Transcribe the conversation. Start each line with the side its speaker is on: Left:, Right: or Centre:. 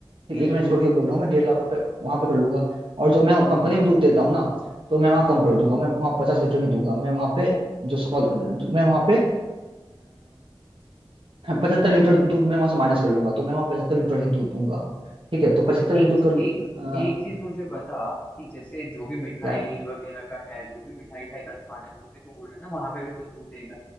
Right: ठीक
Left: हम्म
Right: एक महीना
Left: हम्म
Right: छोड़ के बोल रहा हूँ मैं डेढ़ लाख रुपए वहां पे कर लूंगा और जो मैं कंपनी
Left: हम्म,
Right: में दूध देता हूँ ना तो मैं वहाँ कम
Left: हाँ
Right: कर दूंगा
Left: हाँ
Right: मैं वहाँ पचास लीटर नहीं दूंगा मैं वहाँ पे जो सौ मैं वहाँ पे पचहत्तर लीटर दूध मैं वहां से माइनस कर लूंगा तो मैं वहां पचहत्तर लीटर ही दूध दूंगा ठीक है तो पचहत्तर
Left: अच्छा एक
Right: इंटू कर
Left: एक
Right: अ,
Left: एक चीज मुझे बता कि जैसे जो भी मिठाई
Right: या
Left: वगैरह का है जो भी मिठाई उठाई का दुकान है वो भी तो बोल रहा है ना वहां पे भी तो दूध देगा